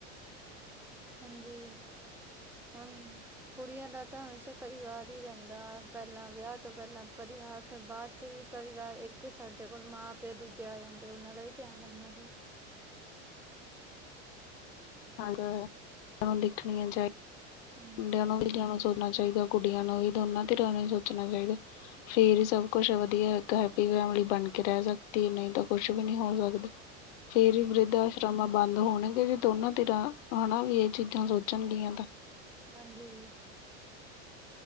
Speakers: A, in the centre; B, on the left (about 75°).
A: ਹਾਂਜੀ ਹੁਣ ਕੁੜੀਆਂ ਦਾ ਤਾਂ ਹਮੇਸ਼ਾ ਪਰਿਵਾਰ ਹੀ ਰਹਿੰਦਾ। ਪਹਿਲਾਂ ਵਿਆਹ ਤੋਂ ਪਹਿਲਾਂ ਪਰਿਵਾਰ ਫਿਰ ਬਾਅਦ ਚ ਵੀ ਪਰਿਵਾਰ ਇੱਕ ਸਾਡੇ ਕੋਲ ਮਾਂ- ਪਿਓ ਦੂਜੇ ਆ ਜਾਂਦੇ ਉਹਨਾਂ ਦਾ ਵੀ ਧਿਆਨ ਰੱਖਣਾ ਫਿਰ
B: ਹਾਂ ਤੁਹਾਨੂੰ ਦੇਖਣੀਆਂ ਚਾਹੀਦੀ
A: ਹਮ
B: ਮੁੰਡਿਆਂ ਨੂੰ ਵੀ ਜਾਣਾ ਸੋਚਣਾ ਚਾਹੀਦਾ। ਕੁੜੀਆਂ ਨੂੰ ਵੀ ਦੋਨਾਂ ਧਿਰਾਂ ਨੂੰ ਸੋਚਣਾ ਚਾਹੀਦਾ। ਫੇਰ ਹੀ ਸਭ ਕੁਛ ਏ ਵਧੀਆ। ਇੱਕ ਹੈਪੀ ਫੈਮਲੀ ਬਣ ਕੇ ਰਹਿ ਸਕਦੀ ਹੈ। ਨਹੀਂ ਤਾਂ ਕੁਛ ਵੀ ਨਹੀਂ ਹੋ ਸਕਦਾ। <inaudible> ਫੇਰ
A: ਹਾਂਜੀ
B: ਹੀ ਵਰਿੱਧ ਆਸ਼ਰਮਾਂ ਬੰਦ ਹੋਣਗੇ। ਜੇ ਦੋਨਾਂ ਤਿਰਾਂ ਹਨਾ ਵੀ ਇਹ ਚੀਜ਼ਾਂ ਸੋਚਣਗੀਆਂ ਤਾਂ।
A: ਹਾਂਜੀ।